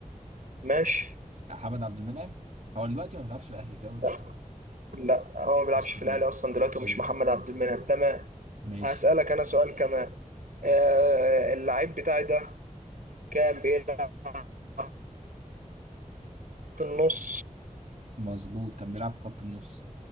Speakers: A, on the right; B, on the right.
A: ماشي
B: حمد عبد المنعم هو دلوقتي ما بيلعبش في الاهلي زي ماشي
A: لا لا هو ما بيلعبش
B: في
A: في
B: النادي.
A: الأهلي أصلا دلوقتي ومش
B: اوكي
A: محمد عبد المنعم تمام
B: ماشي
A: هسألك أنا سؤال كمان آه اللعيب بتاعي ده كان بيلعب في خط النص
B: مظبوط كان بيلعب في خط النص